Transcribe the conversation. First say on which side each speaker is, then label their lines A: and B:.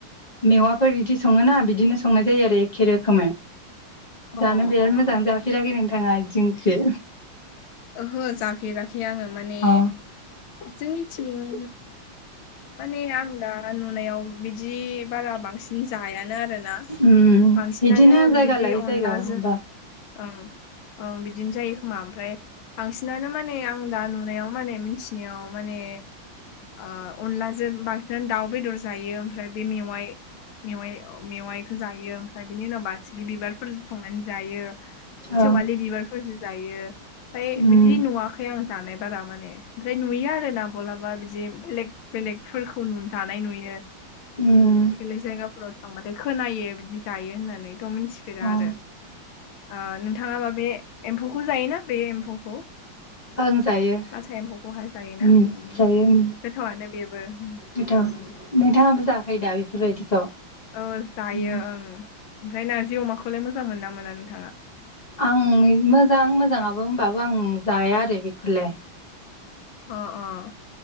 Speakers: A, on the left; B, on the left.
A: मेवाफोर इदि सङोना बिदिनो संनाय जायो आरो एखे रोखोमै जानो
B: ओ
A: बिराद
B: अ
A: मोजां जां
B: अ
A: जाफेराखै नोंथाङा बिदि ओंख्रि?
B: ओहो जाफेराखै आङो माने
A: अ
B: जोंनिथिं माने आं दा नुनायाव बिदि बारा बांसिन दि जायानो आरोना
A: उम
B: बांसिनानो
A: बिदिनो जायगा
B: बिदि
A: लायै
B: अनलाजों
A: जायगा बा
B: ओं ओं बिदिनो जायो खोमा ओमफ्राय बांसिनानो माने आं दा नुनायाव माने मिथिनायाव माने ओ अनलाजों बांसिनानो दाउ बेदर जायो ओमफ्राय बे मेवाइ। मेवाइ मेवाइखौ जायो ओमफ्राय बिनि उनावबा बासिगि बिबारफोर संनानै जायो
A: औ
B: सेवालि बिबारफोरजों जायो ओमफ्राय
A: उम
B: बिदि नुवाखै आं। जानाय बारा माने ओमफ्राय नुयो आरो ना बलाबा बिदि बेलेग बेलेगफोरखौ नु जानाय नुयो
A: उम
B: बेलेग जायगाफोराव थांबाथाय खोनायो बिदि जायो होननानैथ' मिथिफेरा
A: अ
B: आरो। ओ नोंथाङा माबे एम्फौखौ जायोना बे एम्फौखौ?
A: ओं जायो।
B: लाथा एम्फौखौहाय जायोना
A: उम
B: ओं
A: जायो उम
B: गोथावानो बेबो।
A: गोथाव
B: उम
A: नोंथाङाबो जाखायो दा बेफोरबायदिखौ?
B: खौ जायो
A: उम
B: ओं ओमफ्राय नारजि अमाखौलाय मोजां मोना मोना नोंथाङा?
A: आं मोजां मोजाङाबो होनोमबाबो आं जाया आरो बेखौलाय।
B: अह अह